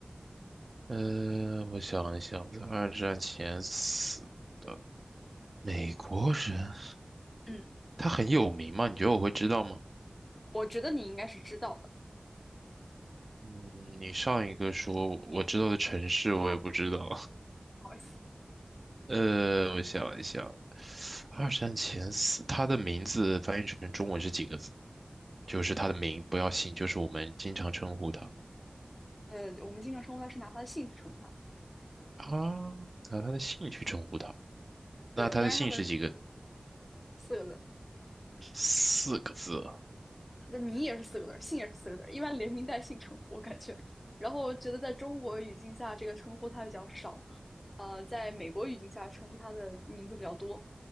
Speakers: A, on the right; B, on the left.
A: 呃，我想一想，在二战前死的美国人，
B: 嗯。
A: 他很有名吗？你觉得我会知道吗？
B: 我觉得你应该是知道的，
A: 嗯，你上一个说我知道的城市，我也不知道。
B: 不好意思。
A: 呃，我想一想，二战前四，他的名字翻译成中文是几个字？就是他的名，不要姓，就是我们经常称呼他
B: 呃，我们经常称呼他是拿他的姓去称呼它，
A: 啊，拿他的姓去称呼他。
B: 对，
A: 那他的姓是几个？
B: 但是他的四个字，
A: 四个字啊。
B: 那名也是四个字姓也是四个字一般连名带姓称呼，我感觉。然后我觉得在中国语境下，这个称呼他比较少，呃，在美国语境下称呼他的名字比较多。